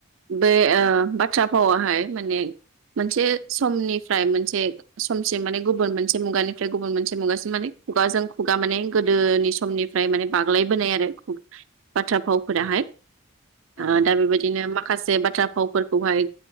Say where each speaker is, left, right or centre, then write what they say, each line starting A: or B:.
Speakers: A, on the right; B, on the left.
A: बे ओ‌ बाथ्रा फाव आहाय मोनसे समनिफ्राय मोनसे समसिम माने गुबुन मोनसे मुगानिफ्राय गुबुन मोनसे मुगा सिम माने खुगाजों सुगा माने गोदोनि समनिफाय माने बाग्लाय बोनाय आरो बाथ्रा भावफोराहाय
B: औ औ
A: आ
B: नंगौ
A: दा बेबायदिनो मा माखासे बाथ्रा फावफोरखौहाय